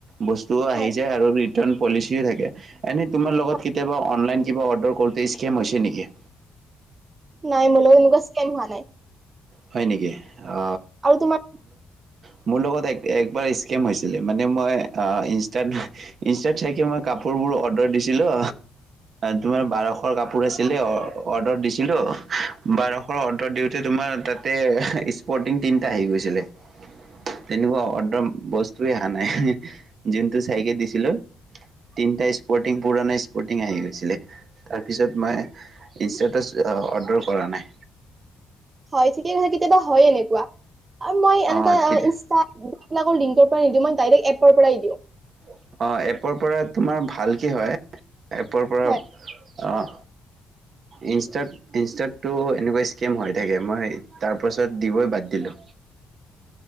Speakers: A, on the right; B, on the right.
A: বস্তুও আহি
B: হয়
A: যায় আৰু <unintelligible> পলিচিএ থাকে এনেই তোমাৰ লগত
B: হয়
A: কেতিয়াবা অনলাইন কিবা অৰ্ডাৰ কৰোতে স্কেম হৈছে নেকি?
B: নাই, মোৰ লগত এনেকুৱা স্কেম হোৱা নাই।
A: হয় নেকি! অ
B: আৰু তোমাৰ
A: মল মোৰ লগত এক একবাৰ স্কেম হৈছিলে মানে মই ইনষ্টাত ইনষ্টাত চাইে মই কাপোৰবোৰ অৰ্ডাৰ দিছিলোঁ তোমাৰ বাৰশৰ কাপোৰ আছিলে অৰ্ডাৰ দিছিলোঁ বাৰশৰ অৰ্ডাৰ দিওঁতে তোমাৰ তাত <unintelligible> স্পৰ্টিং তিনিটা আহি গৈছিলে তেনেকুৱা অ বস্তু তে অহা নাই যোনটোু চাইকেল দিছিলো তিনিটা স্পৰ্টিং পুৰণা স্পৰ্টিং আহি গৈছিলে তাৰপিছত মই ইনষ্টাটো অৰ্ডাৰ কৰা নাই
B: হয় ঠিকে কথা কেতিয়াবা হয় এনেকুৱা আৰু মই
A: অ'
B: এনেকা
A: কেতিয়া
B: ইনষ্টলাকৰ লিং নিদিওঁ মই ডাইৰেক্ট এপৰ পৰাই দিওঁ
A: অ এপৰ পৰা তোমাৰ ভালকে হয় এপৰ পৰা
B: হয়
A: অঁ ইনষ্টাত ইনষ্টাততটো এনেকুৱা স্কেম হৈ থাকে মই তাৰপাছত দিবই বাদ দিলোঁ